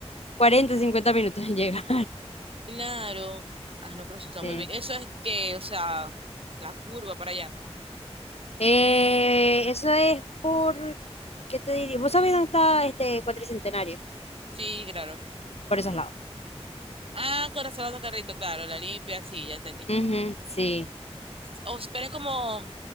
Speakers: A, on the left; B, on the right.
A: 40, 50 minutos en <laughs> llegar.
B: Claro. Ah, no, pero eso está
A: Sí.
B: muy bien. Eso es que, o sea, la curva para allá.
A: Eh, eso es por, ¿qué te diría? ¿Vos sabés dónde está este cuatricentenario?
B: Sí, claro.
A: Por esos lados.
B: Ah, corazonado carrito, claro, la limpia, sí, ya entendí.
A: Ujú, sí,
B: O, pero es como,